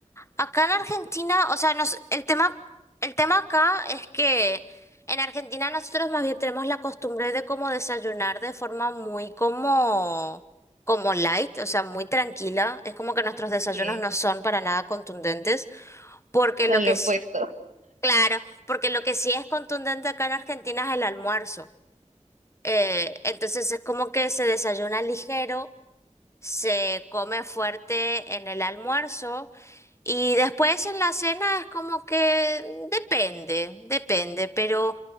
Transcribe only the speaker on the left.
Acá en Argentina, o sea, nos, el tema, el tema acá es que en Argentina nosotros más bien tenemos la costumbre de como desayunar de forma muy como, como light, o sea, muy tranquila. Es como que nuestros desayunos
no son para nada contundentes, porque
lo que
es,
claro, porque lo que sí es contundente acá en Argentina es el almuerzo. Eh, entonces es como que se desayuna ligero, se come fuerte en el almuerzo. Y después en la cena es como que depende, depende, pero